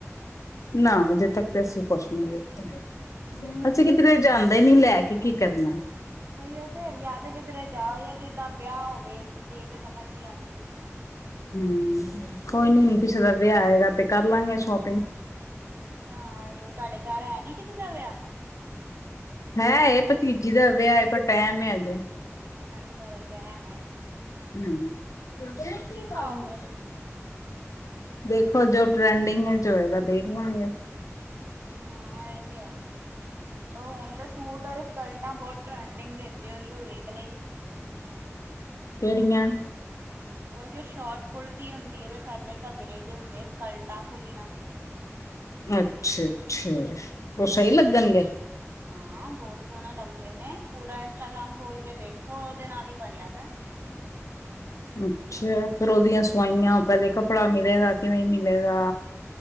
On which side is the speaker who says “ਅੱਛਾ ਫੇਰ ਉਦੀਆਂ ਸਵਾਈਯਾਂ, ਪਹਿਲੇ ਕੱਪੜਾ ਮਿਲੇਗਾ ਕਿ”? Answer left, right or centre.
Left